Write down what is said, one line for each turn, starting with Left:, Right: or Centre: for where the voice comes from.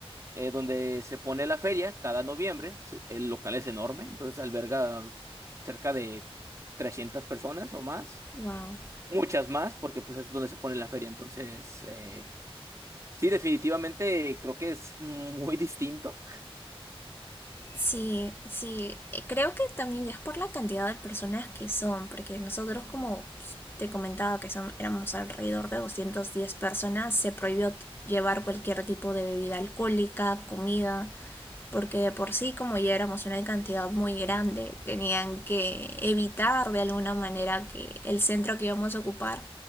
Right: eh, donde se pone la feria cada noviembre. Se- El local es enorme, entonces alberga cerca de 300 personas o más,
Left: Wow. <laughs>
Right: muchas más, porque pues es donde se pone la feria. Entonces, eh, sí, definitivamente creo que es muy distinto
Left: Sí, sí, Eh, creo que también es por la cantidad de personas que son, porque nosotros como pues, te comentaba que son, éramos alrededor de 210 personas, se prohibió t- llevar cualquier tipo de bebida alcohólica, comida, porque de por sí como ya éramos una cantidad muy grande, tenían que evitar de alguna manera que el centro que íbamos a ocupar